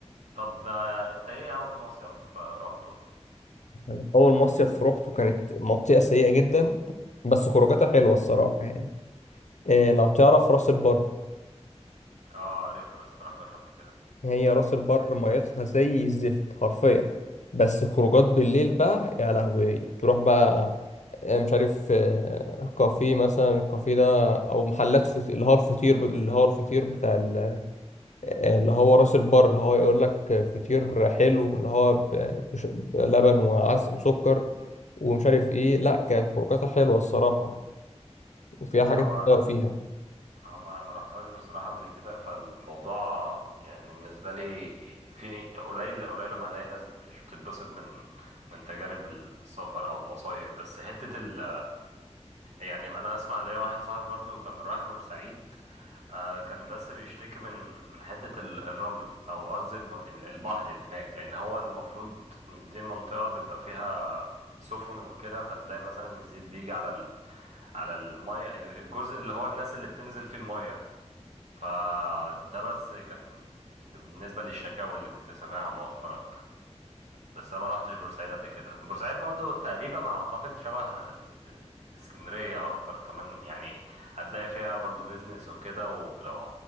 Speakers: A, on the right; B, on the left.
A: طب آه، انت ايه أول مصيف آه، روحته؟
B: يعني أول مصيف روحته كانت منطقة سيئة جدا بس خروجاتها حلوة الصراحة يعني إيه لو تعرف راس البر
A: اه عارفها بس ما رحتهاش قبل كده
B: هي راس البر ميتها زي الزفت حرفيا بس خروجات بالليل بقى يا لهوي تروح بقى آه، مش عارف آه، كافيه مثلا الكافيه ده او محلات فت... اللي هو الفطير ب- اللي هو الفطير بتاع ال... آه، اللي هو راس البر اللي هو يقول لك فطير حلو اللي هو ب... بش... بلبن وعس وسكر ومش عارف ايه لا كانت خروجاتها حلوة الصراحة وفيها
A: ان
B: حاجات
A: هو
B: تتذوق فيها
A: أنا ما ما رحتهاش بصراحة قبل كده فالموضوع يعني بالنسبة لي في قليل قليل لما الاقي ناس مش بتتبسط من من تجارب السفر او المصايف بس حتة ال يعني انا اسمع ليا واحد صاحبي برضو كان رايح بورسعيد آه كان بس بيشتكي من من حته ال- الرمل او قصدي الم- ال- البحر اللي هناك لان هو المفروض دي منطقه بيبقى فيها سفن وكده فتلاقي مثلا الزيت بيجي على ال... على الميه ال- الجزء اللي هو الناس اللي بتنزل فيه الميه فده بس كان بالنسبه للشكاوى اللي كنت سامعها مؤخرا بس انا ما روحتش بورسعيد قبل كده بورسعيد برضو تقريبا اعتقد شبه ال- ال- اسكندرية اكتر كمان يعني هتلاقي فيها برضو بيزنس وكده ولو